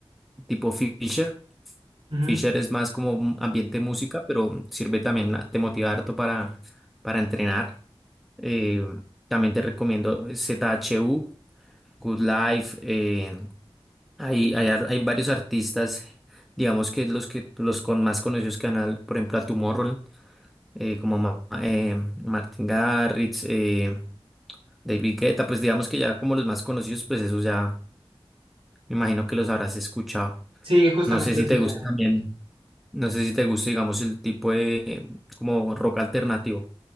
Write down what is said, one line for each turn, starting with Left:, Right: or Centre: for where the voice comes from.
Centre: tipo Fisher.
Right: Ujú.
Centre: Fisher es más como un ambiente música, pero sirve también, te motiva harto para, para entrenar. Eh, también te recomiendo Z H U Good Life, eh, hay, hay, ar- hay varios artistas, digamos que los que los con más conocidos canal por ejemplo, a Tomorrow como Ma- eh, Martin Garrix, eh, David Guetta, pues digamos que ya como los más conocidos, pues esos ya me imagino que los habrás escuchado.
Right: Sí, justamente
Centre: No sé si
Right: eso
Centre: te
Right: ya.
Centre: gusta también, no sé si te gusta, digamos, el tipo de eh, como rock alternativo.